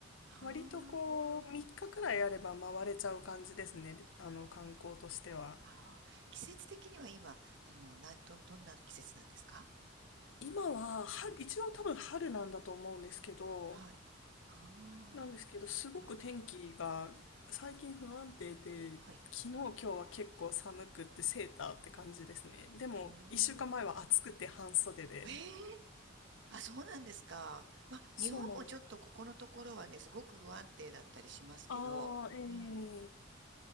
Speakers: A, on the right; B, on the left.
A: あー
B: 割とこう、3日くらいあれば回れちゃう感じですね、あの、観光としては。
A: あー。季節的には今、あの、な、ど、どんな季節なんですか
B: 今は、春、
A: うん。
B: 一応多分春なんだと思うんですけど、
A: はい。ああ。
B: なんですけど、すごく天気が最近不安定で、
A: まあ、きはい。
B: 昨日今日は結構寒くってセーターって感じですね。でも、
A: お
B: 一週間前は暑くて半袖で。
A: ー。ええあ、そうなんですか。まあ、
B: そうなんです。
A: 日本もちょっとここのところはね、すごく不安定だったりしますけど、
B: ああ、ええ
A: うん。